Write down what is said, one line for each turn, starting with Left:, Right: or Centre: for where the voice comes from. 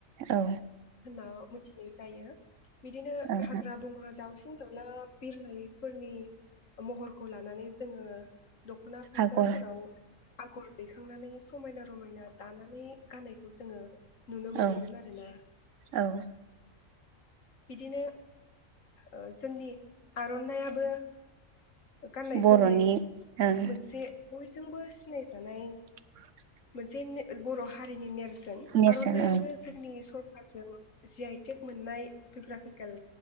Right: औ
Left: औ मिथिनाय जायो। बिदिनो
Right: ओं
Left: हाग्रा बंग्रा दावसिन दाउला बिरलायो फोरनि महरखौ लानानै जोङो दख'ना फास्राफोराव
Right: आगर
Left: आगर दिखांनानै समायना रमायना दानानै गाननायखौ जोङो नुनो मोनोमोन
Right: औ
Left: आरोना
Right: औ
Left: बिदिनो ओ जोंनि आर'ननाया बो गाननाय
Right: बर'नि
Left: जोमनाय
Right: ओं
Left: मोनसे बयजोंबो सि सिनायजानाय
Right: <inaudible>
Left: जेन बर' हारिनि नेरसोन जेन
Right: नेरसोन
Left: आर'ननायाबो
Right: ओं
Left: जोंनि सन <inaudible> जि आइटेक मोननाय जुग्राफिकेल